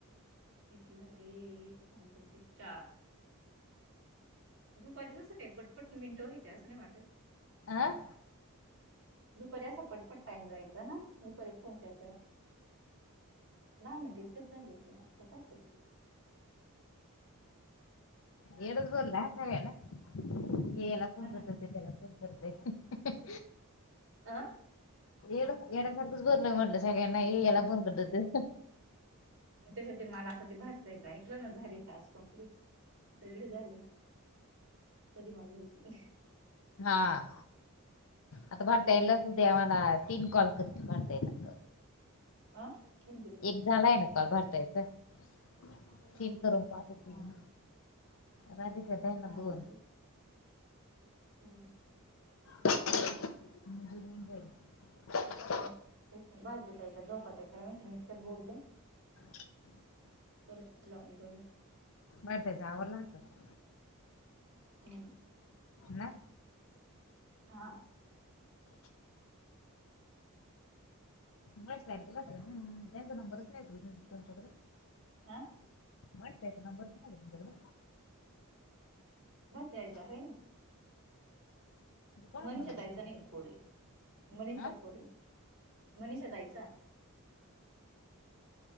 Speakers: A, on the right (about 55°); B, on the left (about 60°).
A: किती झाले थांब बघते चार. दुपारी जस काय पटपट मिनटं व्हायचे असं नाही वाटत?
B: अं
A: दुपारी असा पटपट टाईम जायच ना दुपारी फोन केला तेव्हा. दहा मिनट इतक्यात झाले होते आता पाच आहे
B: येडचं भरलं ना सगळ्यांना हे याला फोन
A: हा ना
B: करतंय ते त्याला फो फोन करतंय
A: अं
B: येडं येड्यासारखंच बोलणं म्हटलं सगळ्यांना हे याला फोन करत ते
A: आता त्याच्यात मला आता ते भारती ताईच ऐकलं ना झाले टास्क कंप्लीट सगळे झाले कधी माझे होतील?
B: हां आता भारती ताईला च उद्या मला तीन कॉल करतील भारती ताई
A: अ कोण गेले पैसे
B: एक झालाय ना कॉल भारती ताई चा?
A: हा
B: तीन करून पाहते तीन राधिका ताईना
A: हा
B: दोन
A: मग तेच हम्म
B: माझं होऊन जाईल
A: हम्म तेच न भारती ताई का झोपत्या काय माहित मी इतक्यात बोलले
B: <inaudible>
A: परत लाऊन बघ
B: भारतीच आवरलं असलं?
A: हम्म.
B: ना
A: हां
B: व्यस्त आहे ना केला होता का त्यांचा नंबरच नाही का तुमच्याकडं?
A: हा
B: वर्षा ताईचा नंबर नाही का तुमच्याकडं?
A: भारती ताईचा आहे ना.
B: कोणाचा
A: मनीषा
B: नंबर
A: ताईचा
B: दिला होता?
A: नाही खोडे मनीषा
B: हा
A: खोडे मनीषा ताईचा